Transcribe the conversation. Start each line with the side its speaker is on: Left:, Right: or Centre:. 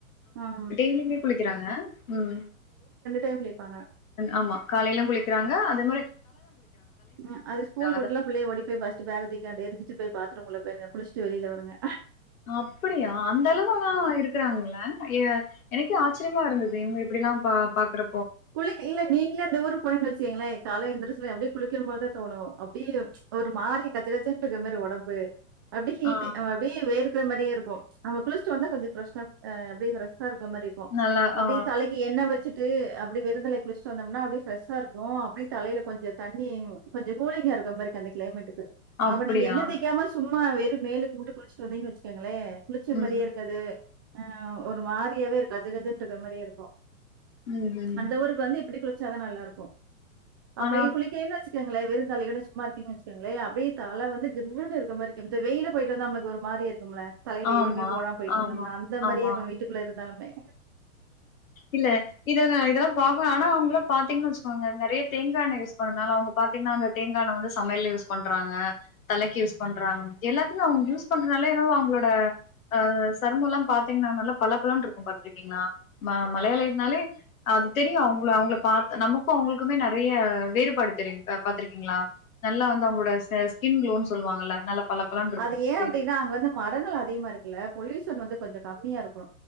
Right: உஹம்
Left: ே குளிக்கிறாங்க ம்
Right: டைம் குளிப்பாங்க.
Left: ஆமா காலையெல்லாம் குளிக்கிறாங்க அத மாதி
Right: ஹ் அது ஸ்கூல் விட்லாம்
Left: அத
Right: புள்ளே ஓடி போய்ஸ் பேக தக்கா எரிஞ்சிட்டு போய் பா்த்த ருங்க குளிச்சி வெியில வங்க
Left: அப்படியா அந்த அளவுல்லாம் இருக்கறாங்கள எனக்கு ஆச்சரியமா இருந்தது இவங்க எப்படிிலாம் பாக்குற
Right: குள்ளங்க இல்ல நீங்களே இந்த ஊர் போயன்னு வச்சீங்களே கால எந்தருச்சு எப்படியடி குளக்கும்போதுதான் தோணும் அப்படியே ஒரு மாறி கச்சை கச்சன்னு இருக்கதாரி உடம்பு அப்படி ஹீட்டு்
Left: ஆ
Right: அப்படியடி வே மாதிரே இருக்கும் நம் குளிச்சிட்டு வந்தா கொஞ்சம் பிர அப்படி இருக்க மாதிரி இருக்கும்
Left: நல்லா
Right: அப்படியே
Left: ஆ
Right: சலைக்கு எண்ணெ வச்சுட்டு அப்படி விருந்தலை குளிச்சிட்டு வந்தோம்னா அப்படி ஃரெஷ்ஷா இருக்கும் அப்படியே தையில கொஞ்ச தண்ணி கொஞ்ச கூலிங்கா இருக்கும்ிற மாதி அந்த கிளைமேட்டுக்கு
Left: அப்படியா
Right: அப்ப நீங்க என்ன தைக்காம சொல்ல ஆமா வெற மேலக்கு மட்டும் குளிச்சுட்டு வந்தீங்குச்சுக்கங்களே குளிச்ச
Left: ம்
Right: மாதிரியே இருங்கது ஆஹ் ஒரு மாதாரியாவே இருக்கும் அது கதுட்டு இருக்க மாதிரியே இருக்கும்
Left: ம்ஹும்
Right: அந்த ஊருக்கு வந்து எப்படி கு ாதான் நல்லா இருக்கும் அப்பே
Left: ஆனா
Right: இ புள்ளக்குே என்னச்ச இருங்களே வெறும் தலையோ சும்மா இருக்குச்சக்கங்களே அப்பே தலை வந்து இருக்க மாதிரி வெயில போயிட்டு வ நளுக்கு ஒரு மாதிரி இருக்கு தலைய
Left: ஆமா
Right: எதுமே போட போயிட்டு
Left: ஆமா
Right: வந்தம்ா அந்த மாதிரி
Left: ஆமா
Right: இருக்கும் வீட்டுள்ள இரு நமைே
Left: இல்ல இதன்ன இத பாப்ப ஆனா அவுங்குள பாத்தீங்ன்னா வெச்சுக்கோங்க நெறைய தேங்காண்ணே யூஸ் பண்றனால அவுங்க பாத்தீங்ன்னா அந்த தேங்காண்ணெ வந்து சமையல்ல யூஸ் பண்றாங்க தலைக்கு யூஸ் பண்றாங்க எல்லாத்திமே அவுங்க யூஸ் பண்றதுனால என்னவோ அவுங்களோட அ சருமல்லா பாத்தீங்ன்னா நல்லா பளப்பளன்ருக்கு பாத்திங் கிங்ளா ம மலையாளி நாலே அதத தெரியு அவுங்கள அவுங்ள பாத்து நமக்கு அவுங்குளுக்குமே நெறைய வேறுபாடு தெரியும் பாத்துருக்கீங்ளா நல்லா வந்து அவுங்களோட ச ஸ்கின் குளோன் சொல்லுவாங்கல்ல நல்லா பளபளன்னு இருக்கு
Right: அது ஏ
Left: ஃபேஸ்
Right: அப்டினா அங் வந்து மரங்கள் அதிக்மாருக்குல்ல பொல்யூஷன் வந்து கொஞ்ச கம்மியா இருக்கு